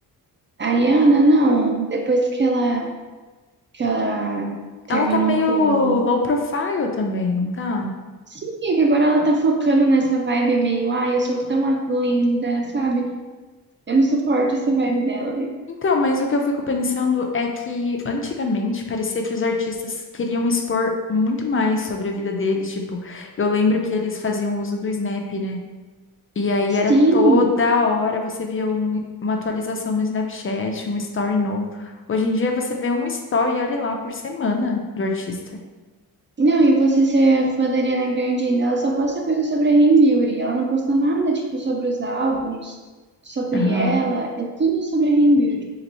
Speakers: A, on the right; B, on the left.
A: A Ariana, não, depois que ela, que ela terminou
B: Ela tá meio
A: com.
B: low profile também, não tá?
A: Sim, é que agora ela tá focando nessa vibe meio, ai, eu sou tão linda, sabe? Eu não
B: En-
A: suporto essa vibe dela,
B: Então, mas o que eu fico pensando é que antigamente parecia que os artistas queriam expor muito mais sobre a vida deles. Tipo, eu lembro que eles faziam uso do Snap, né? E aí era
A: Sim.
B: toda hora você via um- uma atualização no Snapchat, um story novo. Hoje em dia você vê um story, olha lá, por semana do artista.
A: Não, e você ser fã da Ariana Grande ainda, ela só posta coisa sobre a Rei Beauty. Ela não posta nada, tipo, sobre os álbuns, sobre
B: Aham.
A: ela. É tudo sobre a Rei Beauty.